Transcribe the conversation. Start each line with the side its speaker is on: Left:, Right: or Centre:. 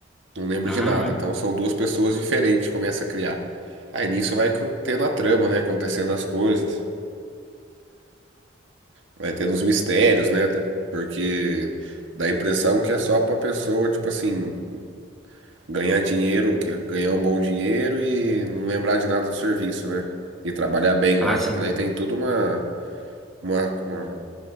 Right: Não lembra
Centre: Ah,
Right: de nada.
Centre: olha.
Right: Então são duas pessoas diferentes, que começa a criar. Aí nisso vai co- tendo a trama, né? Acontecendo as coisas. Vai tendo uns mistérios, né? Porque dá a impressão que é só pra pessoa, tipo assim, ganhar dinheiro, que é ganhar um bom dinheiro e não lembrar de nada do serviço, né? E trabalhar bem
Centre: ah,
Right: lá.
Centre: sim.
Right: Só que daí tem tudo uma, uma, uma,